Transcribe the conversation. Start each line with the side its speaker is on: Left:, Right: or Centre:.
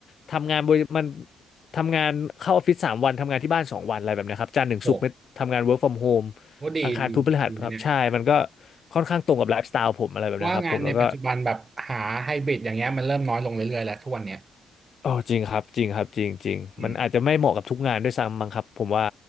Left: ทำงานบริมันทำงานเข้าออฟฟิศสามวันทำงานที่บ้านสองวันอะไรแบบเนี้ยครับจันทร์ถึงศุกร์ไม่ทำงาน
Right: โอ้
Left: work from home
Right: ็ดีดีดีนะเนี่ย
Left: อังคารพุธพฤหัสครับใช่มันก็ค่อนข้างตรงกับไลฟ์สไตล์ผมอะไรแบบเนี้ยครับผมแล้วก็
Right: ว่างานในปัจจุบันแบบหาไฮบริดอย่างเงี้ยมันเริ่มน้อยลงเรื่อยๆแล้วทุกวันเนี้ย
Left: อ๋อจริงครับจริงครับจริงจริงมันอาจจะไม่เหมาะกับทุกงานด้วยซ้ำมั้งครับผมว่า
Right: อืม